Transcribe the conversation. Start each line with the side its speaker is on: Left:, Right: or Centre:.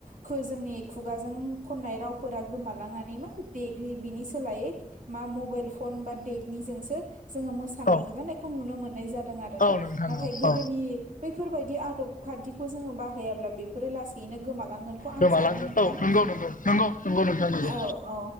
Right: खो जोंनि खुगाजों खननाय रावफोरा गोमालांनानै मा दे बिनि सोलायै मा मबाइल फन बा देकनिजोंसो जोंङो मोसानाय
Left: औ
Right: रंजानायखौ नुनो मोननाय जादों आरोना
Left: औ नोंथां
Right: नाथाय
Left: औ
Right: गोदोनि बैफोरबायदि आदब खान्थिखौ जोंङो बाहायाब्ला बेफोरो लासैनो गोमालांगोन। खौ आं
Left: गोमालांगोन
Right: सानो नोंथां
Left: औ नंगौ नंगौ नंगौ नंगौ नोंथां नंगौ
Right: औ औ